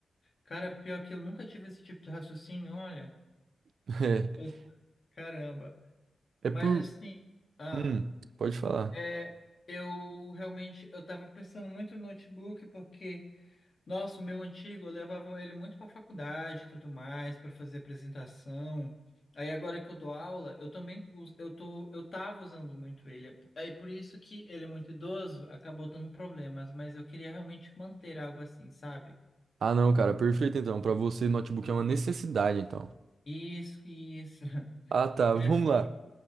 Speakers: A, on the left (about 35°); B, on the right (about 65°).
A: Cara, pior que eu nunca tive esse tipo de raciocínio, olha.
B: <laughs>
A: Eu- Caramba.
B: É, é
A: Mas
B: por.
A: assim, ah.
B: Hum, pode falar.
A: É, eu realmente, eu tava pensando muito no notebook porque, nossa, o meu antigo, eu levava ele muito pra faculdade e tudo mais, pra fazer apresentação. Aí agora que eu dou aula, eu também, us- eu tô, eu tava usando muito ele. Aí por isso que ele é muito idoso, acabou dando problemas, mas eu queria realmente manter algo assim, sabe?
B: Ah, não, cara, perfeito então. Pra você, notebook é uma necessidade, então.
A: Isso, isso.
B: Ah, tá,
A: <laughs>
B: <laughs> vamos
A: Assim,
B: lá.